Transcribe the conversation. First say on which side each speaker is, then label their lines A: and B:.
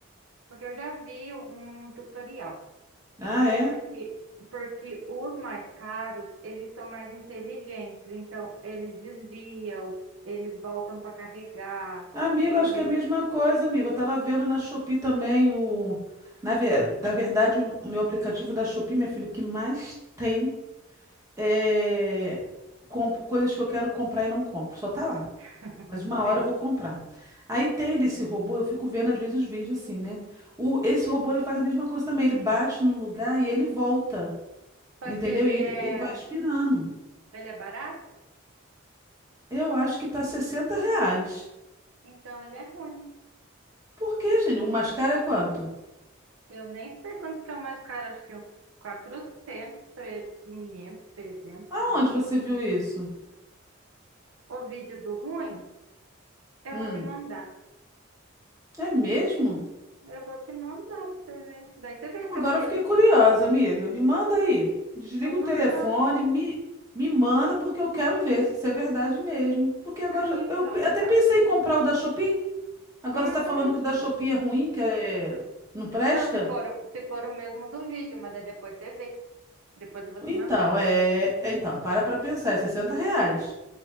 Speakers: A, on the right; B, on the right.
A: porque eu já vi um tutorial,
B: Ah, é?
A: porque porque os mais caros, eles são mais inteligentes, então eles desviam, eles voltam para carregar,
B: Amigo,
A: eles
B: acho que é a mesma coisa, amigo. Eu tava vendo na Shopee também o. Na, ver- na verdade, o o meu aplicativo da Shopee, meu filho, o que mais tem é com- coisas que eu quero comprar e não compro. Só tá lá.
A: <laughs>
B: Mas uma hora
A: é.
B: eu vou comprar. Aí tem desse robô, eu fico vendo às vezes os vídeos assim, né? O, esse robô ele faz a mesma coisa também. Ele bate no lugar e ele volta.
A: Só
B: Entendeu?
A: que ele
B: E ele,
A: é,
B: ele vai aspirando.
A: ele é barato,
B: Eu acho que tá 60 reais.
A: então ele é ruim.
B: Por quê, gente? O mascara é quanto?
A: Eu nem sei quantos que é o mais caro, acho que é o 400, 500, 300,
B: Aonde
A: sei lá.
B: você viu isso?
A: O vídeo do ruim, eu
B: Hum,
A: vou te mandar.
B: é mesmo?
A: Eu vou te mandar pra você ver. Daí você vê
B: Agora
A: se é o mesmo.
B: eu fiquei curiosa, amiga. Me manda aí. Desliga
A: Vou mandar.
B: o telefone, me, me manda porque eu quero ver se isso é verdade mesmo. Porque agora já-
A: Então
B: eu pe- até
A: tá.
B: pensei em comprar o da Shopee. Agora
A: Uhum.
B: você está falando que o da Shopee é ruim, que é... não presta?
A: Não, se for, se for o mesmo do vídeo, mas daí depois você vê. Depois eu vou te
B: Então,
A: mandar.
B: é... é, Então, para pra pensar. É R$ reais.